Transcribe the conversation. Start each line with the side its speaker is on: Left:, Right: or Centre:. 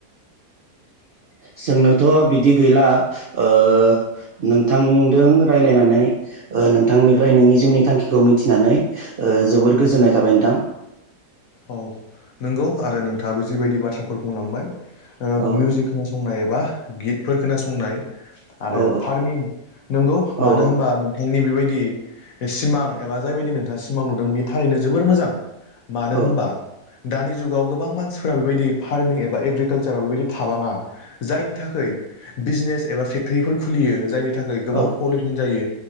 Left: <inaudible>
Right: जोंनोथ' बिदि गैला ओ नोंथांजों राय्लायनानै ओ नोंथांनिफ्राय नोंनि जिउनि थांखिखौ मिथिनानै ओ जोबोर गोजोननाय थाबाय नोंथां।
Left: औ नंगौ आरो नोंथाङाबो जिबायदि बाथ्राफोर बुंलांबाय ओ
Right: औ
Left: मिउजिक खोनासंनाय एबा गितफोर खोनासंनाय आरो
Right: औ
Left: फारमिं नंगौ
Right: औ
Left: मानो होनबा नोंथांनि बेबाय दि सिमां एबा जायबायायदि नोंथाङा सिमां नुदों बे थारैनो जोबोर मोजां। मानो
Right: औ
Left: होनबा दानि जुगाव गोबां मानसिफोरा बेबायदि फार्मिं एबा एग्रिकालसाराव बेबायदि थाबाङा जायनि थाखै खै बिजनेस एबा फेक्टरि खुलियो जायनि थाखाय गोबां
Right: औ
Left: पलुसन जायो